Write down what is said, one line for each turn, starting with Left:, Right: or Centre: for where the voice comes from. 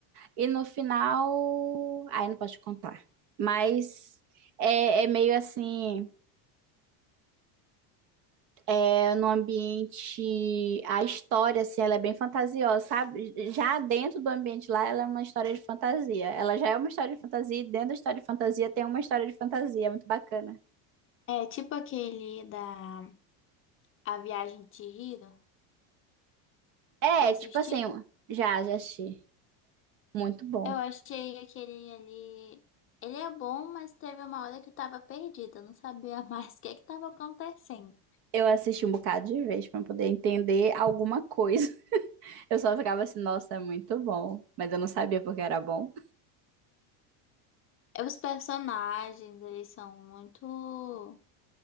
Right: e no final. Aí não posso te contar. Mas é, é meio assim. é, no ambiente, a história, assim, ela é bem fantasiosa, sabe? Já dentro do ambiente lá, ela é uma história de fantasia. Ela já é uma história de fantasia e dentro da história de fantasia tem uma história de fantasia, é muito bacana.
Left: É tipo aquele da A Viagem de Chihiro.
Right: É,
Left: Já assisti?
Right: tipo assim, já, já assisti. Muito bom.
Left: Eu achei aquele ali. Ele é bom, mas teve uma hora que eu tava perdida, eu não sabia mais <laughs> o que é que tava acontecendo.
Right: Eu assisti um bocado de vez para poder entender alguma coisa. <laughs> Eu só ficava assim, nossa, é muito bom. Mas eu não sabia porque era bom.
Left: É, Os personagens, eles são muito